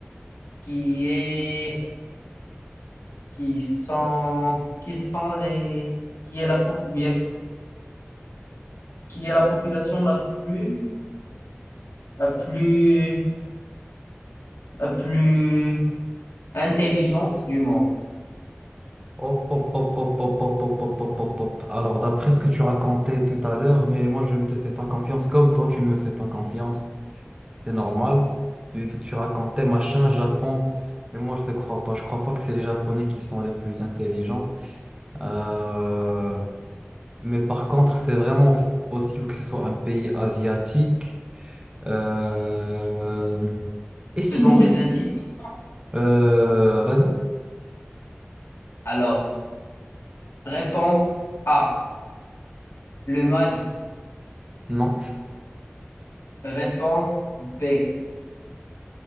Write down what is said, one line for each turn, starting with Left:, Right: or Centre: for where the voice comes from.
Left: qui est, qui sont, qui sont les, qui est la, po- ou bien, qui est la population la plus, la plus, la plus intelligente du monde?
Right: Hop, hop, hop, hop, hop, hop, hop, hop, hop, hop, hop. Alors, d'après ce que tu racontais tout à l'heure, mais moi, je ne te fais pas confiance comme toi, tu ne me fais pas confiance. C'est normal. Tu, tu racontais machin, Japon, mais moi, je te crois pas. Je crois pas que c'est les Japonais qui sont les plus intelligents. Euh, Mais par contre, c'est vraiment possible que ce soit un pays asiatique. Euh, Et sinon,
Left: Je te donne des
Right: c-
Left: indices.
Right: euh, vas-y.
Left: Alors, réponse A, le Mali.
Right: Non,
Left: Réponse B,